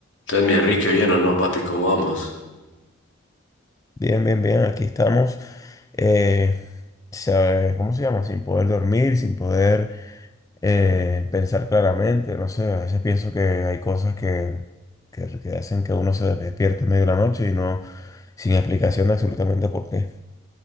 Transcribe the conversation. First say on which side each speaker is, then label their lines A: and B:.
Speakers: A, on the left; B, on the left.
A: Entonces, mi Enrique, bien o no, papi, ¿cómo vamos?
B: Bien, bien, bien, aquí estamos. eh, se- ¿cómo se llama? Sin poder dormir, sin poder eh, pensar claramente. No sé, a veces pienso que hay cosas que, que, que hacen que uno se despierte en medio de la noche y no, sin explicación de absolutamente por qué.